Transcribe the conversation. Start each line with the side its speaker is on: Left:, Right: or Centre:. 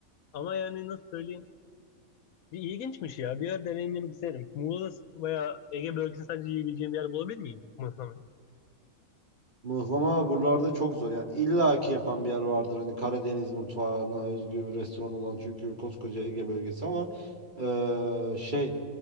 Left: Ama yani nasıl söyleyeyim? Bir ilginçmiş ya. Bir yer deneyimlemek isterim. Muğla veya Ege bölgesini sadece yiyebileceğim bir yer bulabilir miyim? Mısır mı?
Right: Mıhlama buralarda çok zor. Yani illa ki yapan bir yer vardır. Hani Karadeniz mutfağına özgü bir restoran olan çünkü koskoca Ege bölgesi ama eee, şey